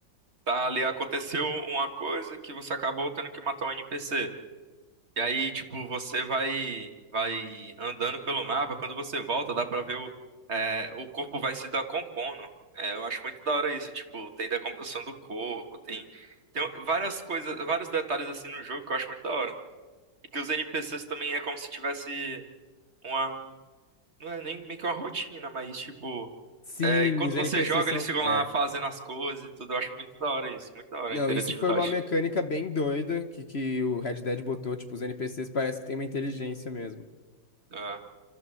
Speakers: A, on the right; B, on the left.
A: tá ali, aconteceu uma coisa que você acabou tendo que matar um NPC. E aí, tipo, você vai, vai andando pelo mapa, quando você volta, dá pra ver o, é, o corpo vai se decompondo. É, eu acho muito da hora isso, tipo, tem decomposição do corpo, tem, tem várias coisas, vários detalhes assim no jogo que eu acho muito da hora. E que os NPCs também é como se tivesse. Uma, Não é nem meio que uma rotina, mas tipo,
B: Sim,
A: é, enquanto
B: os
A: você
B: NPCs
A: joga,
B: são...
A: eles ficam
B: É.
A: lá fazendo as coisas e tudo. Eu acho muito da hora isso, muito da hora
B: Não,
A: a interatividade.
B: isso foi uma mecânica bem doida que, que o Red Dead botou. Tipo, os NPCs parece que tem uma inteligência mesmo.
A: É,